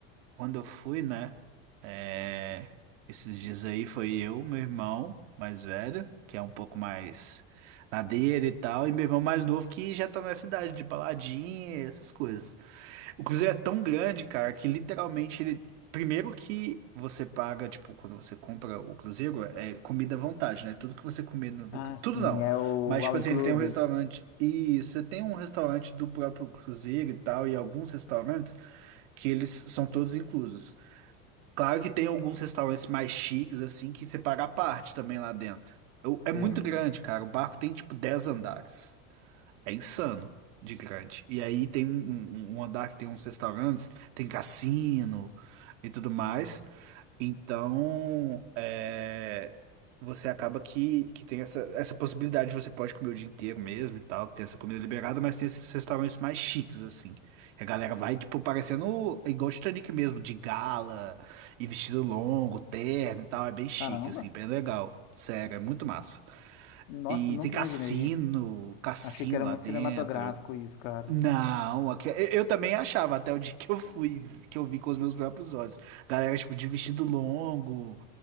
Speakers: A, on the right; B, on the left.
A: quando eu fui, né? é, esses dias aí foi eu, meu irmão mais velho, que é um pouco mais na dele e tal, e meu irmão mais novo que já tá nessa idade de baladinha, essas coisas. O cruzeiro é tão grande, cara, que literalmente ele. Primeiro que você paga, tipo, quando você compra o cruzeiro, é comida à vontade, né? Tudo que você comer no, no
B: Ah,
A: Tudo
B: sim,
A: não.
B: é o
A: Mas,
B: All
A: tipo
B: Inclusive.
A: assim, ele tem um restaurante. E você tem um restaurante do próprio cruzeiro e tal, e alguns restaurantes que eles são todos inclusos. Claro que tem alguns restaurantes mais chiques, assim, que você paga à parte também lá dentro. Eu- É
B: Sei.
A: muito grande, cara. O barco tem, tipo, 10 andares. É insano de grande. E aí tem um, um- um um andar que tem uns restaurantes, tem cassino e tudo mais. Então, é, você acaba que, que tem essa, essa possibilidade, você pode comer o dia inteiro mesmo e tal, tem essa comida liberada, mas tem esses restaurantes mais chiques, assim. E a galera vai, tipo, parecendo igual Titanic mesmo, de gala e vestido longo, terno e tal. É bem chique,
B: Caramba.
A: assim, bem legal. Sério, é muito massa.
B: Nossa,
A: E
B: nunca
A: tem cassino,
B: imaginei.
A: cassino
B: Achei que era
A: lá
B: muito
A: dentro.
B: cinematográfico isso, cara.
A: Não, aque- eu eu também achava até o dia que eu fui, que eu vi com os meus próprios olhos. Galera, tipo, de vestido longo,